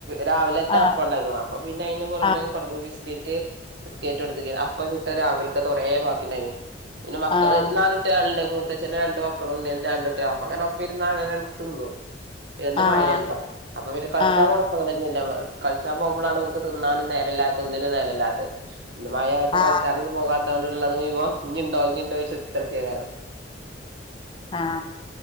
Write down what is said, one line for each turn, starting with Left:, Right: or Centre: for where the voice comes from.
Right: രാവിലത്ത
Left: ആഹ്
Right: അപ്പണ്ടായിരുന്നു അപ്പ പിന്നെ അതിന് പുറമെ
Left: ആഹ്
Right: കുറഞ ബിസ്ക്കറ്റ് ബിസ്ക്കറ്റ് കൊടുത്തിക്ക അപ്പം ചുട്ട് രാവിലെ കുറേ ബാക്കിണ്ടായിരുന്നു പിന്നെ മക്കള്
Left: ആഹ്
Right: നാല് കുട്ട്യാളുണ്ട് മൂത്ത- ച്ചിടെ രണ്ട് മക്കളുംഉണ്ടായിരുന്നു രണ്ടു കുട്ടികൾ ആപ്പ അങ്ങനെ ഒപ്പം ഇരുന്ന് അങ്ങനെങ്ങ് തിന്നു ഇതെന്ത്
Left: ആഹ് ആഹ്
Right: മഴല്ലോ അപ്പൊ പിന്നെ കളിച്ചാ
Left: ആഹ്
Right: പോണം അങ്ങന് കളിച്ചാൻ പോകുമ്പോഴാണ് അവർക്ക് തിന്നാനും നേരം ഇല്ലാത്തത് ഒന്നിനും നേരം ഇല്ലാത്തത് മഴ ആയപ്പോ
Left: ആഹ്
Right: കളിച്ചാനും പോ ഉള്ളത് മുഴുവൻ ഇനിണ്ടോ ഇനിണ്ടോ ചോദിച്ച് കുത്തിരിക്കേ- കാരം
Left: ആ